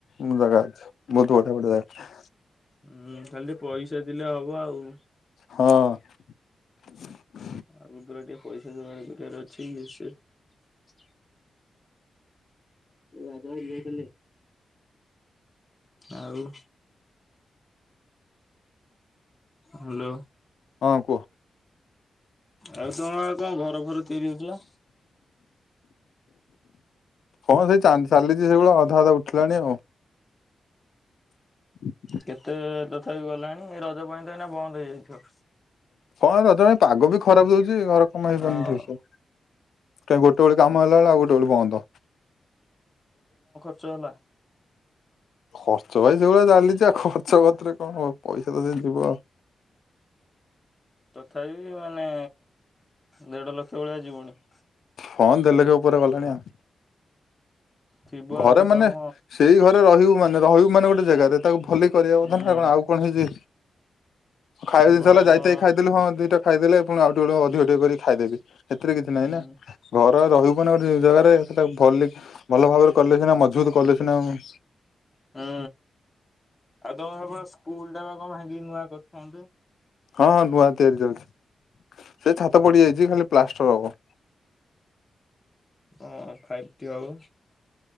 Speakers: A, on the left; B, on the left.
A: ମୁଁ ଜାଗା ଅଛି। ବହୁତ ପଢ଼ା ପଢ଼ି ଦରକାର।
B: ହୁଁ ଖାଲି ଟ ପଇସା ଦିଲେ ହବ ଆଉ।
A: ହଁ <inaudible>
B: ଆଗୁକୁ ପୁରା ଟିକେ ପଇସା ଯୋଗାଡ଼ କରିବାରାଅଛି ସେ। ଆପଣ ୟେ କଲେ? ଆଉ? ହାଲୋ।
A: ହଁ କୁହ।
B: ଆଉ? ତମର କଣ ଘର ଭର ତିଆରି ହଉଥିଲା?
A: ହଁ ସେଇ ଚା ଚାଲିଛି ସେଇବଳିଆ ଅଧା ଅଧା ଉଠିଲାଣି ଆଉ। <inaudible>
B: କେତେ ତଥାପି ଗଲାଣି ଏ ରଜ ପାଇଁ? <unintelligible> ବନ୍ଦ ହେଇଯାଇଥିବ।
A: କଣ ତମେ ପାଗ ବି ଖରାପ ଦଉଚି। ଚି। ଘର କାମ ହାଇପରୁନି
B: ହଁ
A: ଠିକ୍ ସେ। କାଇଁ ଗୋଟେ ବେଳେ କାମ ହେଲା ବେଳେ ଆଉ ଗୋଟେ ବେଳେ ବନ୍ଦ।
B: ଚଲା
A: ଖର୍ଚ୍ଚ ଭାଇ ସେଭଳିଆ ଚାଲିଚି ଆଉ ଖର୍ଚ୍ଚ ପତରେ କଣ ହ ପଇସା ତ ସେ ଯିବ ଆଉ।
B: ତଥାପି ମାନେ ଦେଢ ଲକ୍ଷ ଭଳିଆ ଯିବଣି।
A: ହଁ ଦେଢ଼ଲକ୍ଷ ଉପରେ ଗଲାଣି ଆଉ।
B: ଥିବ
A: ଘରେ
B: ଆହୁରି
A: ମାନେ
B: କାମ
A: ସେଇ ଘରେ ରହିବୁ ମାନେ ରହିବୁ ମାନେ ଗୋଟେ ଜାଗାରେ ତାକୁ ଭଲକି କରିବା
B: ହୁଁ
A: କଥା ନା ଆଉ କଣ ହେଇଚି ଖାଇବା
B: ଏପଟେ
A: ଜିନଷ ହେଲା
B: ଆମର
A: ଯାଇତାଇ ଖାଇଦେଲୁ ହଁ ଦିଟା ଖାଇଦେଲେ। ଆଉ ଟିକେ ବେଳ ଅଧିକ ଟିକେ କରି ଖାଇଦେବି। ସେଥିରେ କିଛି ନହିଁ
B: ହୁଁ
A: ନା। ଘର ରହିବନା ଗୋଟେ ଜାଗାରେ ସେଟା ଭଲକି ଭଲ ଭାବରେ ମଜବୁତ କଲେଶିନା ହ
B: ହୁଁ। ଆଉ ତମ ସେପ ସ୍କୁଲ ଟା ବା କଣ ଭାଙ୍ଗିକ ନୂଆ କରୁଚନ୍ତି।
A: ହଁ ହଁ ନୁଆ ତିଆରି ଚାଲିଛି। ସେ ଛାତ ପଡିଯାଇଚି ଖାଲି ପ୍ଲାଷ୍ଟର ହବ।
B: ହଁ ଫାଇଭ୍ଟି ଆଉ